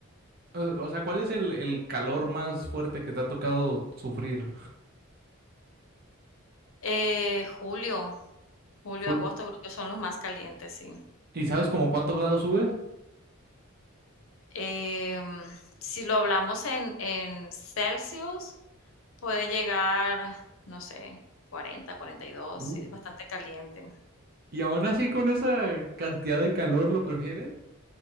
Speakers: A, on the right (about 45°); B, on the left (about 65°).
A: O o sea, ¿cuál es el, el calor más fuerte que te ha tocado sufrir,
B: Eh, julio, julio,
A: Julio?
B: agosto creo que son los más calientes, sí.
A: ¿Y sabes como cuánto grado sube?
B: Em, si lo hablamos en, en Celsius, puede llegar, no sé, 40, 42,
A: Uh.
B: sí, es bastante caliente.
A: Y aún así con esa cantidad de calor lo prefieres?